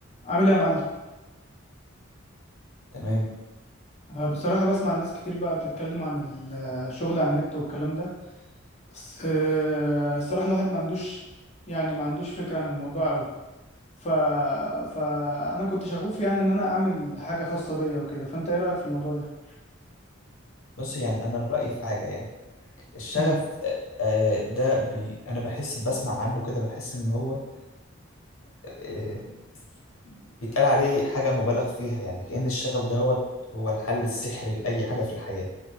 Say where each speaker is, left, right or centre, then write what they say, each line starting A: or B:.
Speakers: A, on the left; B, on the left.
A: عامل ايه يا معلم
B: تمام
A: أه بصراحة بسمع ناس كتير بقى بتتكلم عن ال- الشغل على النت والكلام ده بس أه الصراحة الواحد ما عندوش يعني ما عندوش فكرة عن الموضوع قوي ف... فأنا كنت شغوف يعني إن أنا أعمل حاجة خاصة بيا وكده فأنت إيه رأيك في الموضوع ده؟
B: بص يعني انا رايي في حاجه يعني الشغف
A: امم
B: آه، آه، ده بي انا بحس بسمع عنه كده بحس ان هو آه، بيتقال عليه حاجه مبالغ فيها يعني كأن الشغف ده هو هو الحل السحري لاي حاجه في الحياه